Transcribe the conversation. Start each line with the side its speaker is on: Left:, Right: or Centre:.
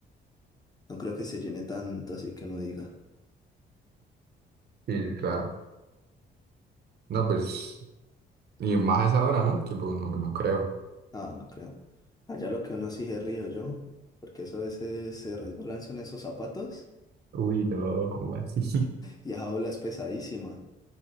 Left: no creo que se llene tanto, así que uno diga.
Right: Sí, claro. No, pues, y más a esa hora, ¿no? Tipo, no, no creo.
Left: No, no creo. Allá lo que uno sí se río yo, porque eso a veces se resbalan son esos zapatos.
Right: Uy, no, ¿cómo así? <laughs>
Left: Y esa ola es pesadísima.